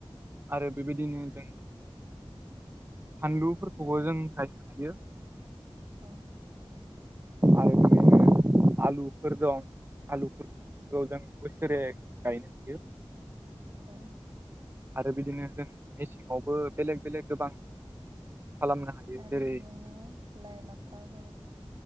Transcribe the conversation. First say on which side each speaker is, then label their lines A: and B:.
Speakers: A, on the right (about 25°); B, on the right (about 50°).
A: आरो बेबायदिनो जों फानलुफोरखौबो
B: दे
A: जों गायनो हायो
B: औ
A: आरो बिदिनो आलुफोर दं आलुफोरखौ
B: उम
A: जों जेरै गायनो हायो
B: ओम
A: आरो बिदिनो जों मेसेंआवबो बेलेग बेलेग गोबां खालामनो हायो
B: आरो
A: जेरै
B: इदिनो लाइ लाफाफोर